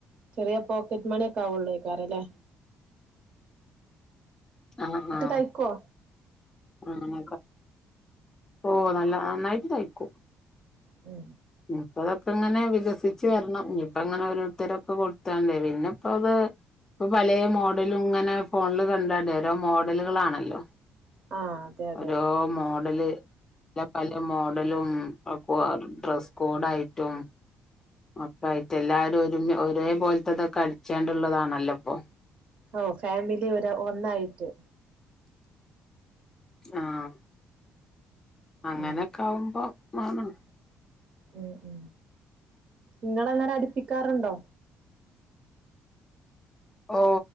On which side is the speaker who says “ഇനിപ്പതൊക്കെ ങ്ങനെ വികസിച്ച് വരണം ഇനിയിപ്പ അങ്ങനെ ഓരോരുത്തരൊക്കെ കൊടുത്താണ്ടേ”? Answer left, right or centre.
Left